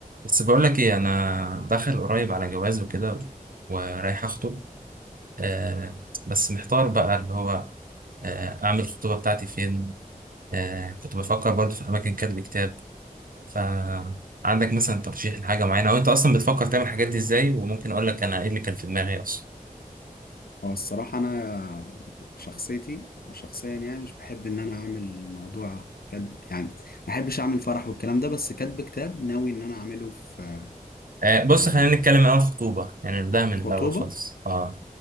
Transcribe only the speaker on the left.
هو الصراحة أنا شخصيتي أو شخصيا يعني مش بحب إن أنا أعمل موضوع كاتب يعني ما بحبش أعمل فرح والكلام ده بس كاتب كتاب ناوي إن أنا أعمله في
آه،
خطوبة